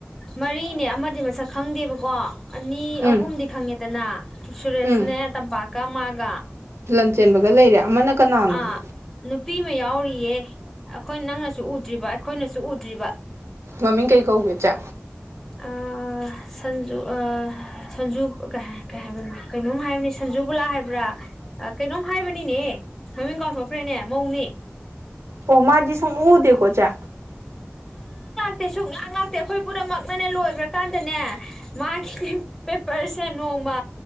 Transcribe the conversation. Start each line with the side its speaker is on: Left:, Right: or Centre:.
Centre: ꯃꯔꯤꯅꯦ ꯑꯃꯗꯤ ꯃꯁꯛ ꯈꯪꯗꯦꯕꯀꯣ ꯑꯅꯤ
Right: ꯎꯝ
Centre: ꯑꯍꯨꯝ ꯈꯥꯡꯒꯦ ꯠꯇꯅꯥ ꯁꯨꯔꯦꯁꯅꯦ
Right: ꯎꯝ
Centre: ꯇ ꯀꯃꯒ
Right: ꯂꯟ ꯆꯦꯟꯕꯒ ꯂꯩꯔꯦ ꯑꯃꯅ ꯀꯅꯥꯅꯣ
Centre: ꯑꯥ ꯅꯨꯄꯤ ꯑꯃ ꯌꯥꯎꯔꯤꯌꯦ ꯑꯩꯈꯣꯏ ꯅꯪꯅꯁꯨ ꯎꯗ꯭ꯔꯤꯕ ꯑꯩꯈꯣꯏꯅꯁꯨ ꯎꯗ꯭ꯔꯤꯕ
Right: ꯃꯝꯃꯤ ꯀꯩ ꯀꯧꯦ ꯆ
Centre: ꯑꯥ ꯁꯟꯖꯨ ꯁꯟꯖꯨ ꯀꯩ ꯍꯥꯏ ꯀꯩꯅꯣꯝ ꯍꯥꯏꯕꯅꯤ ꯁꯟꯖꯨꯕꯨꯂꯥ ꯍꯥꯏꯕ꯭ꯔꯥ ꯀꯩꯅꯣꯝ ꯍꯥꯏꯕꯅꯤꯅꯦ ꯃꯃꯤꯡ ꯀꯥꯎꯊꯣꯛꯈ꯭ꯔꯦꯅꯦ ꯃꯧꯅꯦ
Right: ꯑꯣ ꯃꯥꯔꯖꯤ ꯁ ꯎꯗꯤꯀ ꯆ
Centre: ꯉꯥꯛꯇꯦ ꯁꯨꯡ ꯉꯥꯛ ꯉꯥꯛꯇꯦ ꯑꯩꯈꯣꯏ ꯄꯨꯝꯅꯃꯛꯅꯅꯦ ꯂꯣꯏꯈ꯭ꯔꯀꯥꯟꯗꯅꯦ ꯃꯥꯒꯤ ꯄꯦꯄꯔꯁꯦ ꯅꯣꯡꯃ